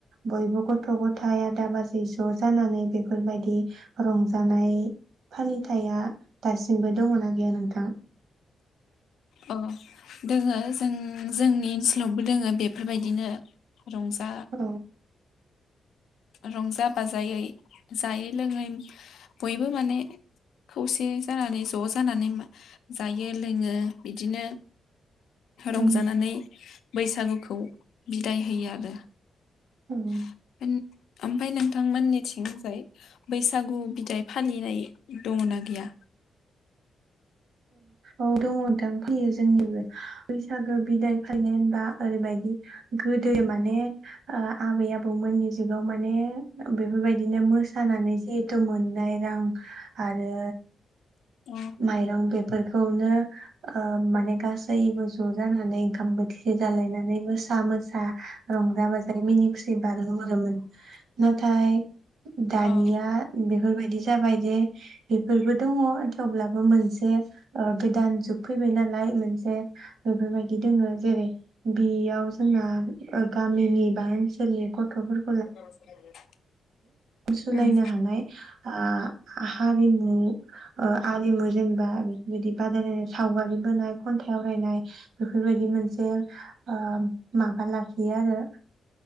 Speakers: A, on the right; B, on the left.
A: बयबो गथ'- गथाय आदा - बाजै ज' जानानै बेफोरबायदि रंजानाय फालिथाया दासिमबो दङना गैया नोंथां?
B: अ दोङो जों जोंनि ओनसोलावबो दोङो बेफोरबायदिनो। रंजा।
A: औ
B: रंजा -बाजायै जायै -लोङै बयबो माने खौसे जानानै ज' जानानै। जायो लोङो बिदिनो। रंजानानै
A: ओं
B: बैसागु। खौ बिदाय होयो आरो।
A: ओं
B: <inaudible> फाय नोंथांमोननि थिंजाय बैसागु बिदाय फालिनाय दङना गैया।
A: औ दङ नोंथां फैयो जोंनिबो बैसागो बिदाय फायनाय। आ आरो बायदि। गोदो माने आबै -आबौमोननि जुगाव माने बेफोरबाय। दिनो मोसानानै। जिहेथु मोननाय रां आरो।
B: उम
A: माइरं। बेफोरनो ओ माने गासैबो ज'जानानै। ओाम बोथिसे जालायनानै मोसा। <inaudible> ओ रंजा बाजाय मिनि खुसि बारहोहरोमोन नाथाय दानिया
B: उम
A: बेफोरबायदि जाबाय बे-बेफोरबो दङ थेवब्लाबो मोनसे ओ गोदान जोबफैबाय नालाय मोनसे बेफोरबायदि दङो जेरै बेयाव जोंना गामिनि बा ओनसोलनि गथफोर
B: <unintelligible>
A: सोलायनो
B: उम
A: हानाय ओ हारिमु ओ आरिमु जेनेबा बेफोरबायदि बादायलायनाय सावगारि बोनाय खन्थाइ आवरायनाय बेफोरबायदि मोनसे ओ माबा लाखियो आरो